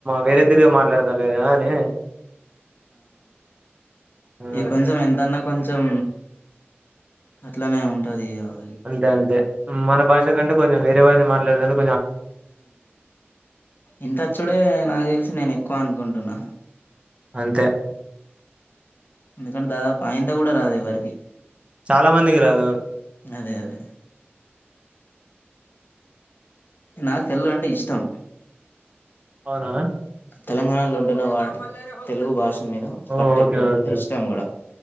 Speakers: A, on the right; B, on the left.
A: వేరే తిరిగ మాట్లాడతారుగ అని ఆ
B: ఇక కొంచెం ఎంతన్నా కొంచెం అట్లనే ఉంటది ఇగ
A: అంతే అంతే మన భాష కంటే కొంచెం వేరే భాష మాట్లా <unintelligible>
B: ఇంతచ్చుడే నాకు తెలిసి నేను <unintelligible> అనుకుంటున్న
A: అంతే
B: ఎందుకంటే దాదాపు ఆయంత కూడ రాదు ఎవరికి
A: చాలా మందికి రాదు
B: అదే అదే నాకు తెల్లు అంటే ఇష్టం
A: అవునా
B: తెలంగాణలో <unintelligible> తెలుగు భాష మీద
A: ఓ
B: పట్ట
A: ఓకే
B: ఎక్కువట వుంటుంది
A: ఓకే
B: ఇష్టం కూడ